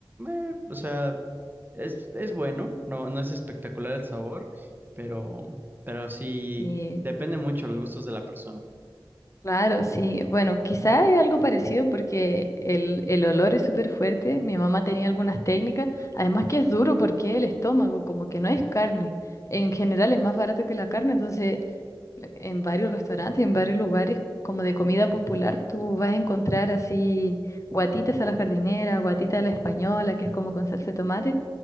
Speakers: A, on the right (about 25°); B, on the left (about 40°).
A: eh, o sea, es, es bueno, no, no es espectacular el sabor, pero, pero sí
B: Sí.
A: depende mucho de los gustos de la persona.
B: Claro, sí. Bueno, quizá es algo parecido porque el, el olor es súper fuerte. Mi mamá tenía algunas técnicas. Además que es duro porque el estómago, como que no es carne. En general es más barato que la carne, entonces en varios restaurantes, en varios lugares como de comida popular, tú vas a encontrar así guatitas a la jardinera, guatita a la española, que es como con salsa de tomate.